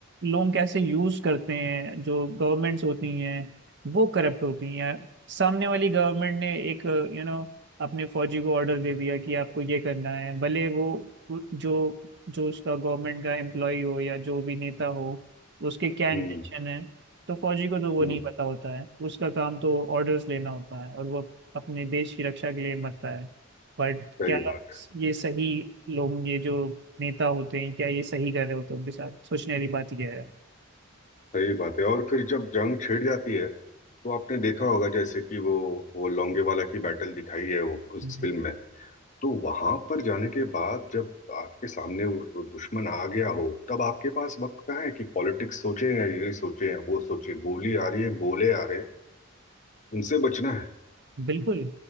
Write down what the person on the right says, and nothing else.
लोग कैसे यूज करते हैं जो गवर्नमेंट्स होती हैं वो करप्ट होती हैं सामने वाली गवर्नमेंट ने एक यू नो अपने फौजी को ऑर्डर दे दिया कि आपको ये करना है भले वो जो जो उसका गवर्नमेंट का एम्प्लॉय हो या जो भी नेता हो उसके क्या इंटेंशन
है तो फौजी को तो वो
नहीं पता होता है उसका काम तो ऑर्डर्स लेना होता है और वो अपने देश की रक्षा के लिए मरता है बट
क्या
ये सही लोग ये जो नेता होते हैं क्या ये सही कर रहे होते हैं उनके साथ सोचने वाली बात यह है
हम्म।
बिल्कुल